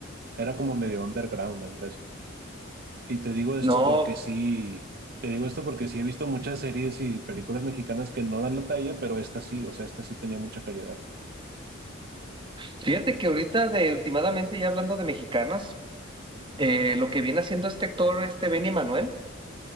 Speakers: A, on the right (about 50°); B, on the right (about 25°).
A: era como medio underground la empresa. Y te digo esto
B: No,
A: porque sí, te digo esto porque sí he visto muchas series y películas mexicanas que no dan la talla, pero esta sí, o sea, esta sí tenía mucha calidad.
B: fíjate que ahorita de últimamente ya hablando de mexicanas, eh, lo que viene haciendo este actor, este Benny Manuel,